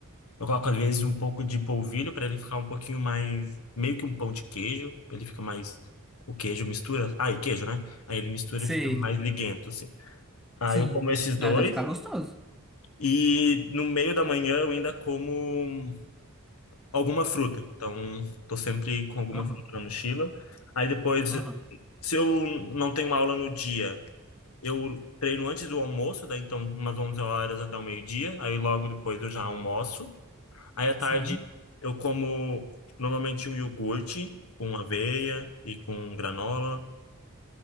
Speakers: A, on the left; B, in the centre.
A: eu coloco às vezes um pouco de polvilho para ele ficar um pouquinho mais. Meio que um pão de queijo, ele fica mais. O queijo mistura. Ah, e queijo, né? Aí ele mistura
B: Sei.
A: e fica mais liguento, assim. Aí
B: Sim.
A: eu como esses dois
B: Ah, deve ficar gostoso.
A: e no meio da manhã eu ainda como alguma fruta. Então, tô sempre com alguma
B: Aham,
A: fruta na mochila. Aí depois
B: aham.
A: Se eu não tenho aula no dia, eu treino antes do almoço, daí então umas 11 horas até o meio-dia, aí logo depois eu já almoço. Aí à tarde
B: Sim.
A: eu como normalmente um iogurte com aveia e com granola,